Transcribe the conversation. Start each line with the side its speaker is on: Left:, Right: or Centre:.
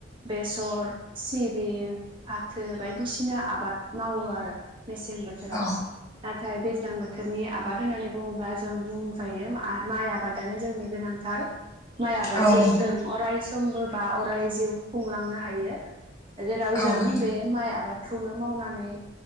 Right: बेसर सिबिं फाथो बायदिसिना आबाद मावो आरो। मेसें बोथोराव
Left: औ
Right: नाथाय दैज्लां बोथोरनि आबाद होननानै बुङोब्ला जों जों बुंजायो माइ आबादानो जोंनि गोनांथार माइ आबादजों
Left: औ नोंथां
Right: जों अराय समबो बा अराय जिउ खुंलांनो हायो जेराव
Left: औ
Right: जों
Left: नोंथां
Right: बे माइ आबाद खौनो मावनानै